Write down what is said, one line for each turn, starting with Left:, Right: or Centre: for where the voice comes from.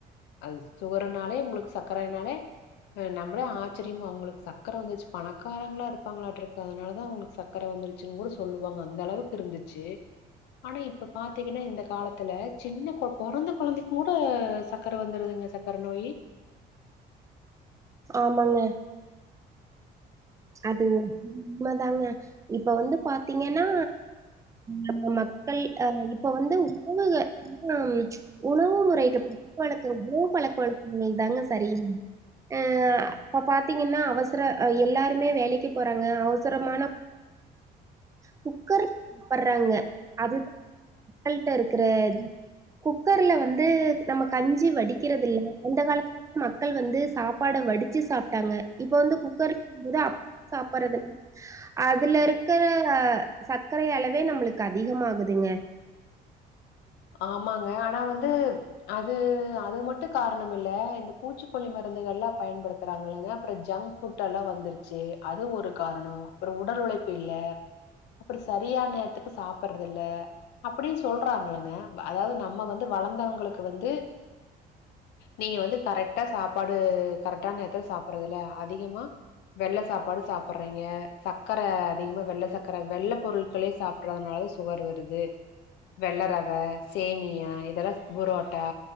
Left: அது சுகருனாலே உங்களுக்கு சர்க்கரனாலே நம்மளே ஆச்சரியமா அவங்களுக்கு சக்கர வந்துருச்சு பணக்காரங்களா இருப்பாங்களாடுருக்கு அதனால தா அவங்களுக்கு சக் கர வந்துருச்சுன்னு கூட சொல்லுவாங்க அந்த அளவுக்கு இருந்துச்சு ஆனா இப்ப பாத்தீங்கன்னா இந்த காலத்துல சின்ன பொறந்த குழந்தைக்கு கூட சக்கர வந்துருதுங்க சக் கர நோயி
Right: ஆமாங்க அது மதாங்க இப்ப வந்து பாத்தீங்கன்னா நம்ம மக்கள் அ இப்ப வந்து உணவுகன்ன உணவு முறைக்கு பழக்க வழக்க உணவு பழக்க வழக்கங்கள் தாங்க சரி அ இப்ப பாத்தீங்கன்னா அவசர எல்லாருமே வேலைக்கு போறாங்க அவசரமான குக்கரு <inaudible> சாப்பட்றாங்க அதுதா மக்கள்ட்ட இருக்குற குக்கர்ல வந்து நம்ம கஞ்சி வடிக்கிறது இல்ல அந்த காலத்துலந்து மக்கள் வந்து சாப் பாட வடிச்சி சாப்டாங்க இப்ப வந்து குக்கர்ங்கும்போது அப்ப <inaudible> சாப்பட்றது அதுல இருக்கிற சர்க்கரை அளவே நம்மளுக்கு அதிகமாகுதுங்க
Left: ஆமாங்க ஆனா வந்து அது அது மட்டு காரணம் இல்ல இந்த பூச்சிக்கொல்லி மருந்துகல்லா பயன்படுத்துறாங்கள்ளங்க அப்பற ஜங்க் ஃபுட் எல்லா வந்துருச்சு அது ஒரு காரணோ அப்புற உடல் உழைப்பு இல்ல அப்புற சரியான நேரத்துக்கு சாப்பட்றதில்ல அப்டின்னு சொல்றாங்கள்லங்க அதாவது நம்ம வந்து வளர்ந்தவுங்களுக்கு வந்து நீங்க வந்து கரெக்டா சாப்பாடு கரெக்டான் நேரத்துல சாப்பறதுல்ல அதிகமா வெள்ள சாப்பாடு சாப்பறீங்க சக்கர அதிகமா வெள்ள சக்கர வெள்ள பொருட்களே சாப் றதுனால சுகர் வருது வெள்ள ரவ சேமியா இதெல்லா புரோட்டா